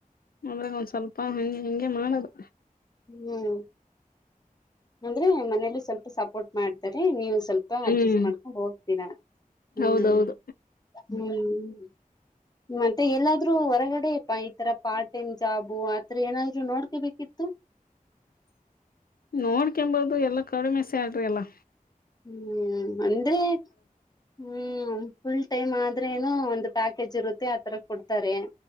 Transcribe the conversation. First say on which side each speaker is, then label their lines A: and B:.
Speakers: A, on the left (about 80°); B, on the left (about 25°).
A: ಅದ್ರಾಗ ಒಂದ್ ಸ್ವಲ್ಪ ಹಂಗೆ ಹಿಂಗೆ ಮಾಡದು
B: ಹ್ಮ್ ಅಂದ್ರೆ ಮನೇಲಿ ಸ್ವಲ್ಪ ಸಪೋರ್ಟ್ ಮಾಡ್ತರೆ ನೀವು ಸ್ವಲ್ಪ
A: ಹ್ಮ್
B: ಅಡ್ಜಸ್ಟ್ ಮಾಡ್ಕೊಂಡ್ ಹೋಗ್ತೀರಾ ಹ್ಮ್
A: ಹೌದೌದು
B: ಹ್ಮ್ ಮತ್ತೆ ಎಲ್ಲಾದ್ರೂ ಹೊರಗಡೆ ಈತರ ಪಾರ್ಟ್ ಟೈಮ್ ಜಾಬು ಆತ್ರ ಏನಾದ್ರು ನೋಡ್ಕೋಬೇಕಿತ್ತು <inaudible>
A: <unintelligible> ಎಲ್ಲಾ ಕಡಿಮೆ ಸ್ಯಾಲರಿ ಎಲ್ಲಾ
B: ಹ್ಮ್ ಅಂದ್ರೆ ಹ್ಮ್ ಹ್ಮ್ ಫುಲ್ ಟೈಮ್ ಆದ್ರೇನ ಒಂದು ಪ್ಯಾಕೇಜ್ ಇರುತ್ತೆ ಆತರ ಕೊಡ್ತಾರೆ